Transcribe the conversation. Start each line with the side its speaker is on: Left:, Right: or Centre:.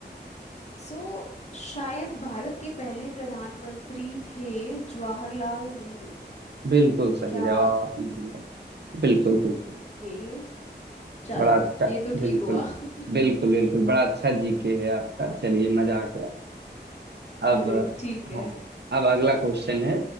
Left: सो शायद भारत के पहले प्रधानमंत्री थे जवाहरलाल नेहरू
Right: बिल्कुल सही
Left: क्या
Right: जवाब आपने दिया बिल्कुल
Left: ओके
Right: बिल्कुल
Left: चलो
Right: बड़ा अच्छा
Left: ये तो
Right: बिल्कुल
Left: ठीक हुआ <laughs>
Right: बिल्कुल बिल्कुल बड़ा अच्छा जीके है आपका चलिए मजा आ गया अब
Left: अरे ठीक है
Right: हाँ अब अगला क्वेश्चन है